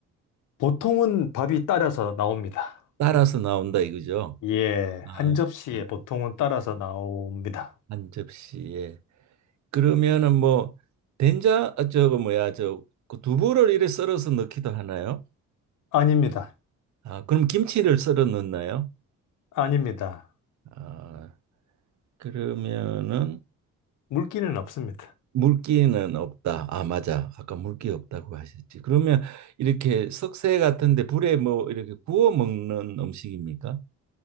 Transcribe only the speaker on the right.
따라서 나온다 이거죠?
아,
네.
한 접시에. 그러면은 뭐 된장 아, 저거 뭐야 저그 두부를 이래 썰어서 넣기도 하나요?
아, 그럼 김치를 썰어 넣나요?
아, 그러면은
물기는 없다. 아, 맞아. 아까 물기 없다고 하셨지. 그러면 이렇게 석쇠 같은데 불에 뭐 이렇게 구워 먹는 음식입니까?